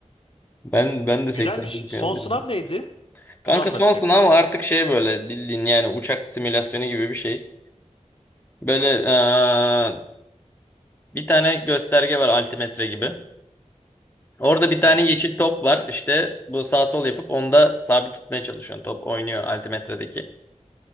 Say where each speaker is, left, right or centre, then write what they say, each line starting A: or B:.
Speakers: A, on the left (about 15°); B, on the left (about 45°).
A: Ben ben de
B: Güzelmiş.
A: 80'de
B: Son
A: şu an dedim.
B: sınav neydi?
A: Kanka
B: Onu anlatacaktın.
A: son sınav artık şey böyle bildiğin yani uçak simülasyonu gibi bir şey. Böyle eee, bir tane gösterge var altimetre gibi. Orada bir tane
B: Hı,
A: yeşil top var. İşte bu sağ sol yapıp onda sabit tutmaya çalışıyorsun. Top oynuyor altimetredeki.